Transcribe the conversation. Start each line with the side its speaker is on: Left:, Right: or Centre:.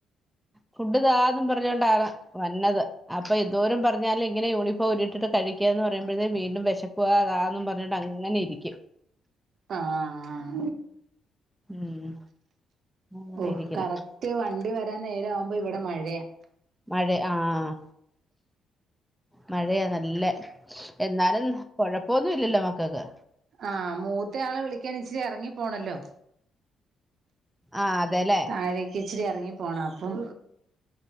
Centre: ഫുഡ്ഡു താന്നും പറഞ്ഞോണ്ടാണ് വന്നത് അപ്പം എന്തോരം പറഞ്ഞാല് ഇങ്ങനെ യൂണിഫോം ഊരിയിട്ടിട്ട് കഴിക്കാം എന്നു പറയുമ്പഴത്തേന് വീണ്ടും വെശക്കുക കാന്നും പറഞ്ഞോണ്ട് അങ്ങനെ ഇരിക്കും
Right: ആഹ്
Centre: ഉം അങ്ങനെ
Right: ഓഹ്
Centre: ഇരിക്കണം
Right: കറക്റ്റ് വണ്ടി വരാൻ നേരം ആവുമ്പ ഇവിടെ മഴയാ
Centre: മഴ ആഹ് മഴയാ നല്ല എന്നാലും കൊഴപ്പോന്നും ഇല്ലല്ലോ മക്കൾക്ക്
Right: ആഹ് മൂത്ത ആളെ വിളിക്കാൻ ഇച്ചിരി എറങ്ങി പോണല്ലോ
Centre: ആഹ് അതല്ലേ
Right: താഴേക്ക് ഇച്ചിരി എറങ്ങി പോണം അപ്പം